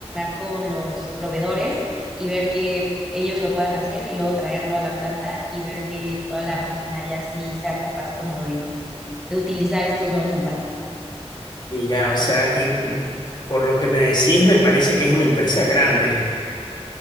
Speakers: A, in the centre; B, on the left (about 40°).
A: con los proveedores y ver que ellos lo puedan hacer y luego traerlo a la planta y ver que toda la maquinaria sí sea capaz como de, de utilizar estos nuevos empaques.
B: Mira, o sea, y, y por lo que me decís, me parece que es una empresa grande.